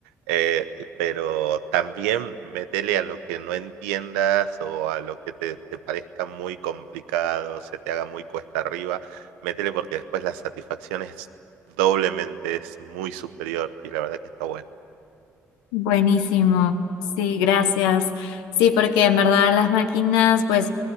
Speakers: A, on the right; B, on the left.
A: eh, y- pero también metele a lo que no entiendas o a lo que te, te parezca muy complicado, se te haga muy cuesta arriba, métele porque después la satisfacción es doblemente, es muy superior y la verdad que está bueno.
B: Buenísimo, sí, gracias. Sí, porque en verdad las máquinas, pues